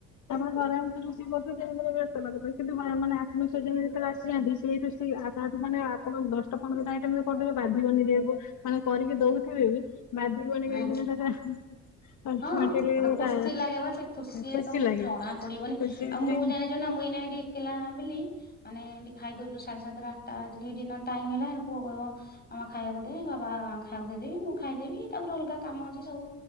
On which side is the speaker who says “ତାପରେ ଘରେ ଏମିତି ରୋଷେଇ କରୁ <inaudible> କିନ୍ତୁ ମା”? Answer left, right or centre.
Left